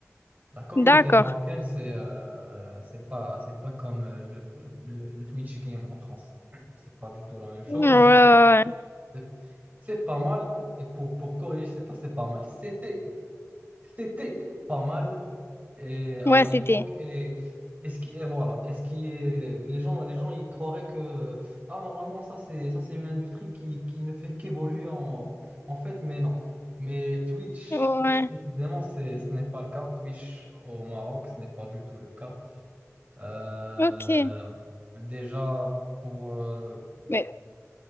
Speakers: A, on the right (about 30°); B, on the left (about 45°).
A: La communauté
B: D'accord.
A: marocaine, c'est euh, c'est pas, c'est pas comme euh, le, le, le Twitch game en France. <clears throat> C'est pas du tout la même chose.
B: Ouais, ouais,
A: C'est c'est pas mal. Et pour, pour corriger, c'est pas c'est pas mal. C'était, c'était pas mal et à
B: ouais. Ouais,
A: une
B: c'était.
A: époque et, et ce qui est voilà et ce qui est les gens les gens ils croiraient que ah normalement ça c'est ça c'est une industrie qui, qui ne fait qu'évoluer en, en fait mais non mais Twitch
B: Ouais,
A: Twitch précisément c'est ce n'est pas le cas Twitch au Maroc ce n'est pas du tout le cas Euh,
B: ok.
A: déjà pour euh,
B: Mais,
A: il